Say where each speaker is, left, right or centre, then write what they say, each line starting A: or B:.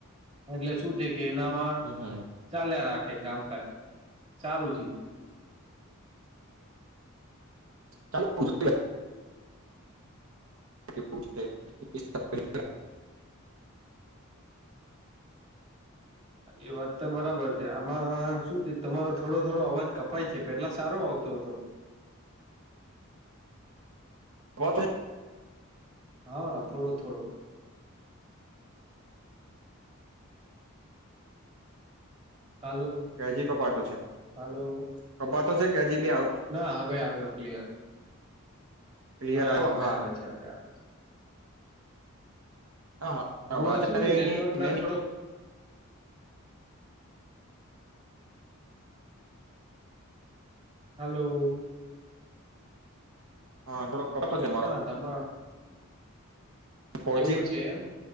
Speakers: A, on the right; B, on the right.
A: એટલે શું છે કે એનામાં
B: હમ હમ
A: ચાલ્યા રાખે કામકાજ સારું છે.
B: ચાલુ <unintelligible> કે પૂછતે <inaudible>
A: એ વાત તો બરાબર છે આમાં શું છે તમારો થોડો થોડો અવાજ કપાય છે પેલા સારો આવતો હતો.
B: <unintelligible>
A: હા થોડો થોડો હાલો
B: કે હજી કપાતો છે
A: હાલો
B: કપાતો છે કે હજી બી આ
A: ના હવે આવ્યો ક્લિયર
B: ક્લિયર
A: હા
B: આવ્યો
A: હવે આવે છે હવે આવે છે
B: હા
A: હમણાં
B: અત્યારે
A: શું છે નેટવર્ક
B: એની
A: ના
B: મે
A: થોડોક હલો.
B: હા થોડો કપડો છે મારો
A: તમામ
B: ફોરજી
A: એવું છે એમ